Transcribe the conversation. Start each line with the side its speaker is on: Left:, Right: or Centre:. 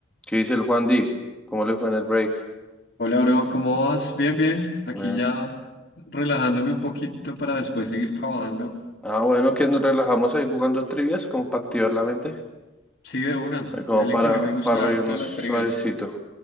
Centre: ¿Qué dice el Juan D? ¿Cómo le fue en el break?
Left: Hola, bro, ¿cómo vas? Bien, bien. Aquí
Centre: Bien.
Left: ya relajándome un poquito para después seguir trabajando.
Centre: Ah, bueno, que nos relajamos ahí jugando trivias como para activar la mente,
Left: Sí, de una.
Centre: eh, como
Left: Dale
Centre: para,
Left: que a mí me gusta
Centre: para reírnos
Left: harto las
Centre: suavecito.
Left: trivias.